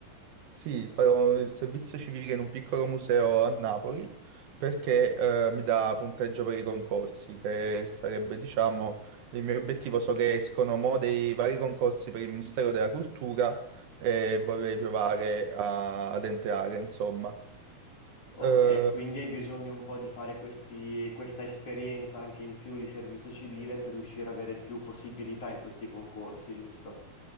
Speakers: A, on the right; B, on the left.
A: sì, farò il servizio civile in un piccolo museo a Napoli perché eh, mi dà punteggio per i concorsi, che sarebbe, diciamo, il mio obiettivo. So che escono mo dei vari concorsi per il Ministero della Cultura e vorrei provare a- ad entrare, insomma.
B: Ok,
A: Eh,
B: quindi hai bisogno un po' di fare questi, questa esperienza anche in più di servizio civile per riuscire ad avere più possibilità in questi concorsi, giusto?